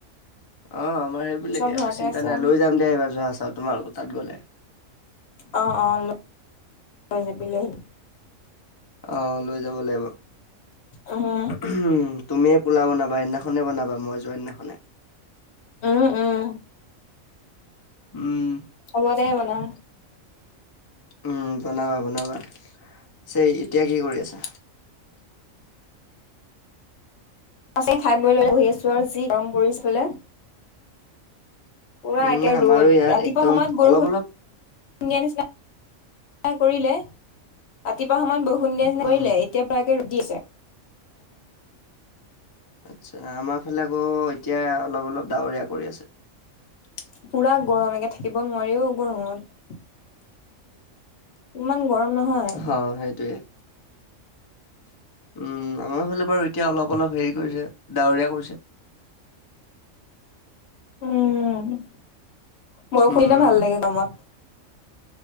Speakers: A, on the left; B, on the left.
A: অ'! ‌ আমাৰ সেইবিলাকে
B: চব
A: আৰু
B: ঘৰতে
A: চিন্তা
B: আছে
A: নাই। লৈ যাম দে এইবাৰ জহা চাউল তোমালোকৰ তাত গ'লে।
B: অ'! অ'! লৈ যাবি লৈ আহিবি।
A: অ'! লৈ যাব লাগিব।
B: উম
A: উ! তুমিয়ে পোলাও বনাবা সেইদিনাখন? সেইদিনাখনে বনাবা, মই যোৱা দিনাখনে।
B: উম! উম!
A: উম!
B: হ'ব দে বনাম।
A: উম, বনাবা, বনাবা, পিছে এতিয়া কি কৰি আছা?
B: পিছে খাই বই লৈ বহি আছোঁ। আৰু। যি গৰম পৰিছিলে। পুৰা
A: উম,
B: একে ৰ'দ
A: আমাৰো
B: ঋ,
A: ইয়াত
B: ৰাতিপুৱা
A: একদম
B: সময়ত বৰষুণ
A: অলপ অলপ
B: ইণ্ডিয়াৰ নিচিনা কৰিলে, ৰাতিপুৱা সময়ত বহুত <unintelligible>
A: উম,
B: এতিয়া পৰাকে ৰ'দ দি আছে।
A: আচ্ছা! আমাৰ ফালে আকৌ, এতিয়া অলপ অলপ ডাৱৰীয়া কৰি আছে।
B: পুৰা গৰম একে থাকিব নোৱাৰি অ'! গৰমত। ইমান গৰম। নহয়।
A: হ' সেইটোৱে। উম, আমাৰ ফালে বাৰু এতিয়া অলপ, অলপ হেৰি কৰিছে, ডাৱৰীয়া কৰিছে।
B: উম বৰষুণ
A: উম,
B: দিলে ভাল লাগে গৰমত।